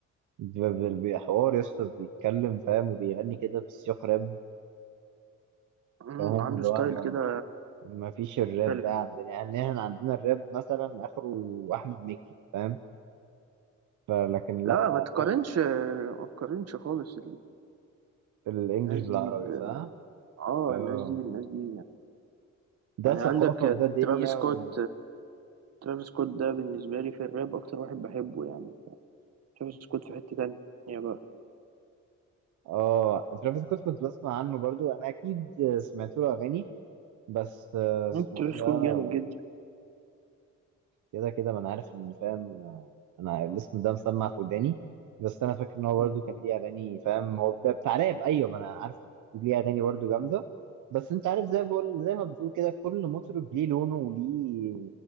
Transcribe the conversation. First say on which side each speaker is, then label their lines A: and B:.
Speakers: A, on the right (about 75°); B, on the right (about 55°).
A: ب- ب- بحوار يا اسطى بيتكلم فاهم وبيغني كده بسياق راب
B: مم،
A: فاهم
B: عنده
A: اللي
B: ستايل
A: هو احنا
B: كده
A: م- ما فيش الراب
B: مختلف
A: ده عندنا يعني احنا عندنا الراب مثلا آخره أحمد مكي فاهم فلكن لأ
B: لا ما تقارنش ما تقارنش خالص
A: الانجليش
B: الناس
A: بالعربي
B: دي ب...
A: صح؟
B: اه
A: اه
B: الناس دي بالناس دي
A: ده
B: يعني
A: ثقافة
B: عندك
A: وده دنيا
B: ترافيس سكوت
A: و...
B: ترافيس سكوت ده بالنسبة لي في الراب أكتر واحد بحبه يعني ترافيس سكوت في حتة تانية بقى
A: اه ترافيس سكوت كنت بسمع عنه برضو انا اكيد سمعت له اغاني بس آه، اسمه
B: مم، ترافيس
A: ايه ده
B: سكوت جامد جدا
A: كده كده ما انا عارف ان فاهم آه، انا الاسم ده مسمع في وداني بس انا فاكر ان هو برضو
B: مم،
A: كان ليه اغاني فاهم هو ده بتاع راب ايوه ما انا عارفه ليه اغاني برضو جامدة بس انت عارف زي ما بقول زي ما بتقول كده كل مطرب ليه لونه وليه